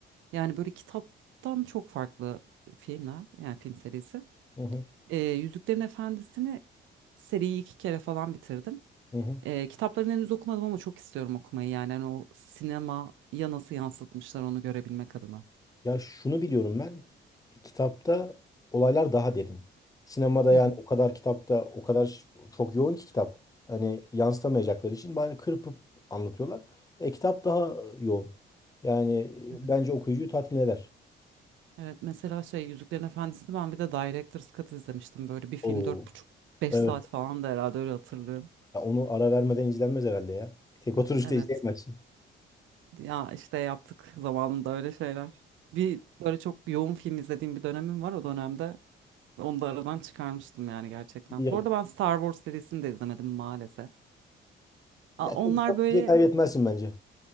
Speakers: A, on the right; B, on the left.
A: yani böyle kitaptan çok farklı filmler yani film serisi.
B: hı hı,
A: E, Yüzüklerin Efendisi'ni seriyi iki kere falan bitirdim.
B: hı hı.
A: Ee, kitaplarını henüz okumadım ama çok istiyorum okumayı. Yani hani o sinemaya nasıl yansıtmışlar onu görebilmek adına.
B: Ya şunu biliyorum ben. Kitapta olaylar daha derin. Sinemada
A: Hı
B: yani
A: hı.
B: o kadar kitapta o kadar ş- çok yoğun ki kitap. Hani yansıtamayacakları için bari kırpıp anlatıyorlar. E, kitap daha yoğun. Yani
A: Evet
B: e, bence okuyucuyu tatmin eder.
A: Evet, mesela şey Yüzüklerin Efendisi'ni ben bir de Director's Cut izlemiştim. Böyle bir film
B: Oo,
A: dört buçuk beş
B: evet.
A: saat falan da herhalde öyle hatırlıyorum.
B: Ya onu ara vermeden izlenmez herhalde ya. Tek oturuşta
A: Evet.
B: izleyemezsin.
A: Ya işte yaptık zamanında öyle şeyler. Bir böyle çok yoğun film izlediğim bir dönemim var o dönemde. Onu da aradan çıkarmıştım yani gerçekten.
B: İyi yap.
A: Bu arada ben Star Wars serisini de izlemedim maalesef. Aa,
B: Ya
A: onlar
B: çok, çok
A: böyle
B: bir şey kaybetmezsin bence.